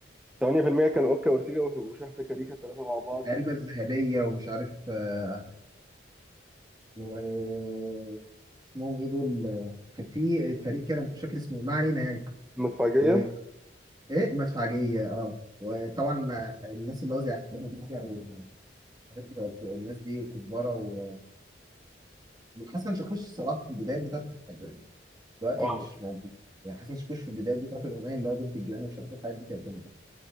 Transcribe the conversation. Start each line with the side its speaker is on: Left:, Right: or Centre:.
Centre: 8% كان اوكا اورتيجا وشحتة كاريكا الثلاثه مع بعض
Right: العلبه الذهبيه ومش عارف آه، و اسمهم ايه دول آه، كان في فريق كده مش فاكر اسمه ما علينا يعني
Centre: مدفعجيه
Right: وايه مدفعجيه اه وطبعا الناس اللي قصدي احمد مكي و- عارف الناس دي وكزبره و- وحسن شاكوش الصراحه في البدايات بتاعت الحاجه دلوقتي
Centre: اه
Right: مش موجود يعني حسن شاكوش في البدايات بتاعت الاغنيه اللي هو بنت الجيران ومش عارف الحاجات دي كانت جامده